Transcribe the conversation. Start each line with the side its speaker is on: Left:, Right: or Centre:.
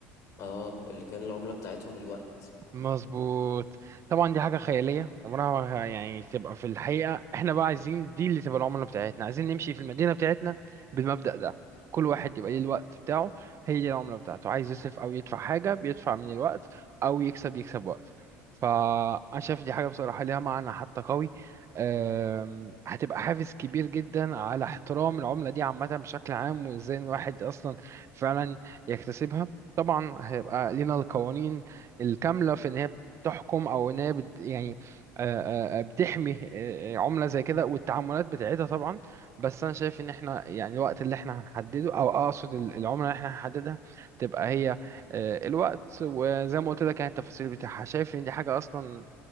Left: اه اللي كان العملة بتاعتهم الوقت
Right: مظبوط طبعا دي حاجة خيالية عمرها ما ه- يعني تبقى في الحقيقة احنا بقى عايزين دي اللي تبقى العملة بتاعتنا عايزين نمشي في المدينة بتاعتنا بالمبدأ ده كل واحد يبقى ليه الوقت بتاعه هي دي العملة بتاعته عايز يصرف أو يدفع حاجة بيدفع من الوقت أو يكسب يكسب وقت فأنا شايف دي حاجة بصراحة ليها معنى حتى قوي أم، هتبقى حافز كبير جدا على احترام العملة دي عامة بشكل عام وازاي الواحد أصلا فعلا يكتسبها طبعا هيبقى لينا القوانين الكاملة في إن هي بتحكم أو إن هي بت يعني آه، آه، بتحمي آه، آه، عملة زي كده والتعاملات بتاعتها طبعا بس أنا شايف إن إحنا يعني الوقت اللي إحنا هنحدده أو أقصد ال- العملة اللي إحنا هنحددها تبقى هي آه، الوقت وزي ما قلت لك يعني التفاصيل بتاعها شايف إن دي حاجة أصلا